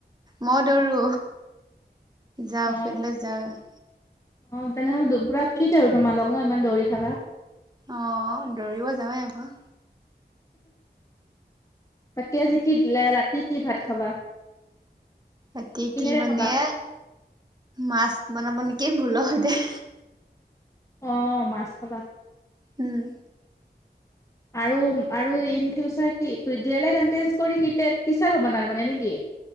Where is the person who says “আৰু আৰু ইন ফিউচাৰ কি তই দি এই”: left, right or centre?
Left